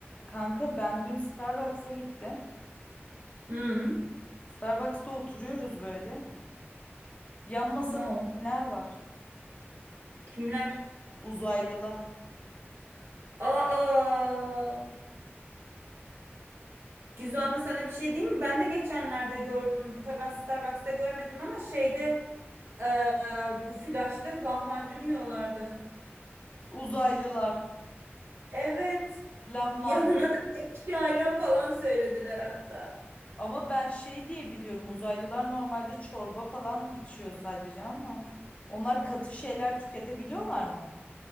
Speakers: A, on the left; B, on the right.
A: Kanka ben dün Starbucks'a gittim.
B: Hı,
A: Starbucks'ta oturuyoruz böyle. Yan masada
B: ne oldu?
A: kimler var?
B: Kimler?
A: Uzaylılar.
B: Aa, Gizu ama sana bir şey diyeyim mi? Ben de geçenlerde gördüm. Tabii ben Starbucks'ta görmedim ama şeyde eee, bu flaşta lahmacun yiyorlardı.
A: Uzaylılar.
B: Evet.
A: Lahmacun.
B: Yanına da ekşi ayran falan söylediler hatta.
A: Ama ben şey diye biliyorum uzaylılar normalde çorba falan içiyor sadece ama onlar katı şeyler tüketebiliyorlar mı?